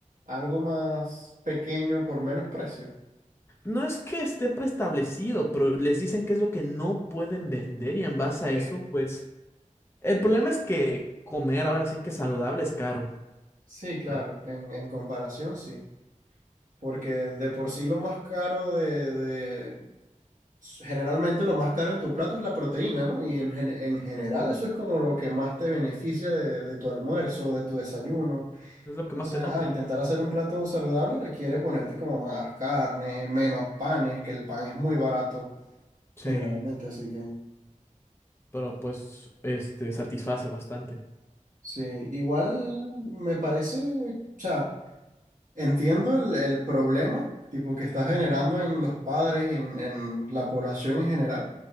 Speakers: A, on the right; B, on the left.
A: algo más pequeño por menos precio.
B: No es que esté preestablecido, pero les dicen qué es lo que no pueden vender y en base
A: Ok,
B: a eso, pues el problema es que comer ahora sí que saludable es caro.
A: Sí, claro,
B: O sea,
A: en, en comparación sí, porque de por sí lo más caro de, de- generalmente lo más caro en tu plato es la proteína, ¿no? Y en, gen- en general eso es como lo que más te beneficia de, de tu almuerzo, de tu desayuno.
B: es lo
A: Entonces,
B: que más te nutre.
A: ajá, intentar hacer un plato saludable requiere ponerte como más carne, menos panes, que el pan es muy barato.
B: Sí,
A: generalmente, así que
B: pero pues este satisface bastante.
A: sí, igual me parece, o sea, entiendo el, el problema, tipo, que está generando en los padres y en, en la población en general,